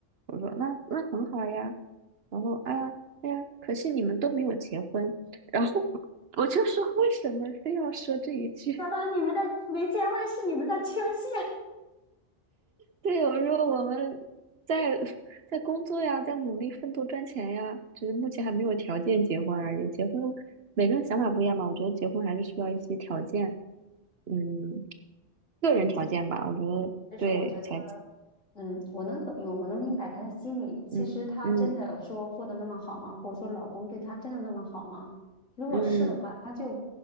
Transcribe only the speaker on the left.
小到你们的没结婚是你们的缺陷。
其实
其实我觉得，嗯，我能懂，我能明白他的心理。其实他真的有说过得那么好吗？
或者说老公对他真的那么好吗？如果是的话，
他就